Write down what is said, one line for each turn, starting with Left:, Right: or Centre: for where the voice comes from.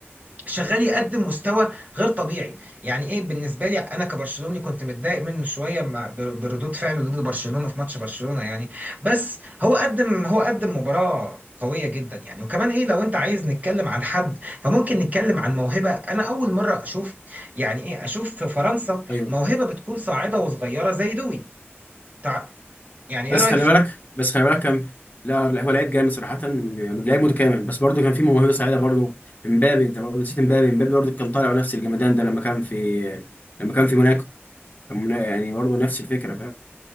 Right: شغال يقدم مستوى غير طبيعي يعني ايه بالنسبه لي انا كبرشلوني كنت متضايق منه شويه مع بر- بردود فعله ضد برشلونه في ماتش برشلونه يعني بس هو قدم هو قدم مباراه قويه جدا يعني وكمان ايه لو انت عايز نتكلم عن حد فممكن نتكلم عن موهبه انا اول مره اشوف يعني ايه اشوف في فرنسا
Left: ايوه
Right: موهبه بتكون صاعده وصغيره زي دوي تع- يعني
Left: بس
Right: ايه رايك
Left: خلي بالك بس خلي بالك كان لا لا، هو لعيب جامد صراحة لعيب متكامل بس برضه كان في موهبة سعيدة برضه امبابي انت برضه نسيت امبابي امبابي برضه كان طالع نفس الجمدان ده لما كان في لما كان في موناكو كان منا- يعني برضه نفس الفكرة فاهم